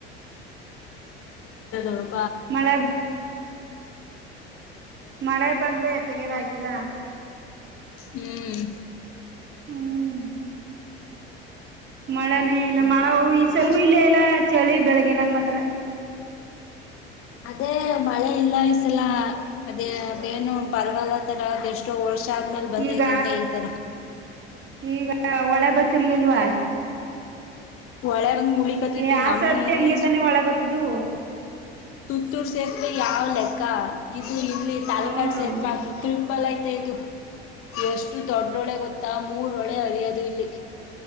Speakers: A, on the left; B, on the right.
A: <unintelligible>
B: ಮಳೆ ಮಳೆ ಬಂದ್ರೆ ಎತ್ತಗಿರ ಆಯ್ತದ.
A: ಹ್ಮ್.
B: ಹ್ಮ್. ಮಳನೇ
A: ಮಳೆನೇ
B: ಇಲ್ಲ ಮಳೆ
A: ಅಂದ್ರೆ
B: ಉ
A: ಕಷ್ಟ.
B: ಈ ಸಲ ಉ ಇಲ್ಲೆ ಇಲ್ಲ ಚಳಿ ಬೆಳೆಗ್ಗನಾಗ ಮಾತ್ರ.
A: ಅದೇ ಮಳೆ ಇಲ್ಲ ಈಸಲ ಅದೇ ಬೇನು ಪರಗಲ್ಲ. ಆತರ ಅದೆಷ್ಟೋ ವರ್ಷ ಆದ್ಮೇಲೆ ಬಂದೈತಂತೆ
B: ಈಗ
A: ಈತರ.
B: ಈಗ ಹೊಳೆ ಬರ್ತಿರ್ಲಿಲ್ವಾ.
A: ಹೊಳೆ ಬಂದ್ ಮುಳಿಕತ್ತಿತ್ತು
B: ಏ ಆ
A: ನಮ್
B: ಸರ್ತಿ
A: ಇಲ್ಲಿ
B: ಅಮ್ಗೆ ತಾನೆ ಹೊಳೆ ಬರ್ತಿದ್ದು.
A: ತುತ್ತೂರ್ ಸೇತುವೆ ಯಾವ್ ಲೆಕ್ಕ ಇದು ಇಲ್ಲಿ ತಲಕಾಡು
B: ಹ್ಮ್
A: ಸೇಪ <unintelligible> ಬಲ ಐತೆ ಇದು ಎಷ್ಟು ದೊಡ್ಡೊಳೆ ಗೊತ್ತಾ ಮೂರ ಹೊಳೆ ಹರಿಯೋದು ಇಲ್ಲಿ.